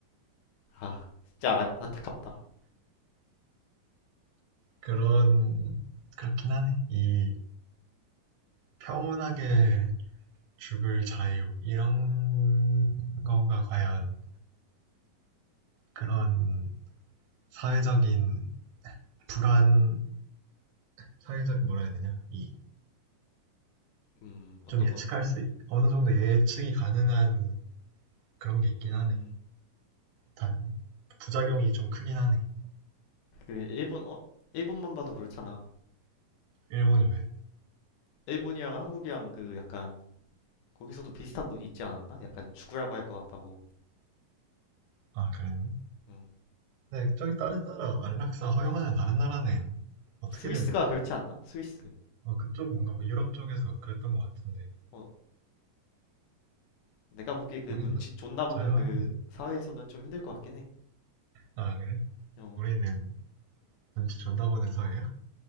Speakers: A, on the left; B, on the right.
A: 아, 진짜 아- 안타깝다.
B: 그런 그렇긴 하네 이 평온하게 죽을 자유 이런 거가 과연 그런 사회적인 불안 사회적 뭐라 해야 되냐 이
A: 음, 어떤
B: 좀 예측할
A: 거?
B: 수 있- 어느 정도 예측이 가능한 그런 게 있긴
A: 음,
B: 하네 단 부작용이 좀 크긴 하네.
A: 그 일본 어, 일본만 봐도 그렇잖아.
B: 일본이 왜?
A: 일본이랑 한국이랑 그 약간 거기서도 비슷한 논이 있지 않았나? 약간 죽으라고 할 것 같다고.
B: 아, 그랬네.
A: 음.
B: 근데 저기 다른 나라 안락사 허용하는 다른 나라는 어떻게
A: 스위스가
B: 되는 거지?
A: 그렇지 않나? 스위스.
B: 어, 그쪽 뭔가 뭐 유럽 쪽에서 그랬던 것 같은데
A: 어, 내가 보기에 그
B: 거긴
A: 눈치
B: 뭐잘
A: 존나 보는
B: 허용된?
A: 그 사회에서는 좀 힘들 것 같긴 해.
B: 아 그래?
A: 어.
B: 우리는 눈치 존나 보는 사회야?